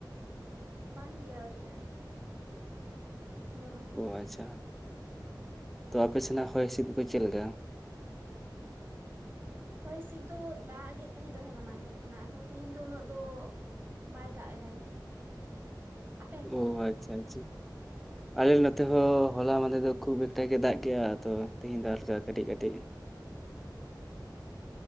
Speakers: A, on the right (about 30°); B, in the centre.
A: ᱵᱟᱝ ᱜᱮ ᱟᱹᱣᱨᱤᱜ-ᱟ ᱡᱚᱢ ᱟᱞᱮᱱᱟᱜ
B: ᱚᱸ ᱟᱪᱪᱷᱟ ᱛᱚ ᱟᱯᱮ ᱥᱮᱱᱟᱜ ᱦᱚᱭ ᱦᱤᱥᱤᱫ ᱠᱚ ᱪᱮᱫ ᱞᱮᱠᱟ?
A: ᱦᱚᱭ ᱦᱤᱸᱥᱤᱫ ᱫᱚ ᱫᱟᱜ ᱜᱮᱫ ᱛᱟᱦᱮᱸᱫ ᱦᱚᱞᱟᱢᱟᱦᱟᱫᱷᱮᱨ ᱠᱷᱚᱱᱟᱜ ᱟᱫᱚ ᱛᱮᱦᱮᱧ ᱫᱚ ᱩᱱᱟᱹᱜ ᱫᱚ ᱵᱟᱭ ᱫᱟᱜ ᱮᱫᱟ ᱛᱚ᱾ ᱟᱯᱮ ᱚᱱᱛᱮ
B: ᱚ
A: ᱫᱚ
B: ᱟᱪᱪᱷᱟ ᱟᱪᱪᱷᱟ
A: <unintelligible>
B: ᱟᱞᱮ ᱱᱚᱛᱮ ᱦᱚᱸ ᱦᱚᱞᱟ ᱢᱟᱦᱟᱫᱮᱨ ᱫᱚ ᱠᱷᱩᱵ ᱮᱠᱴᱟ ᱜᱮ ᱫᱟᱜ ᱠᱮᱜᱼᱟ ᱟᱫᱚ ᱛᱮᱦᱤᱧ ᱫᱚ ᱦᱟᱞᱠᱟ ᱠᱟᱹᱴᱤᱡ ᱠᱟᱹᱴᱤᱡ᱾
A: <unintelligible>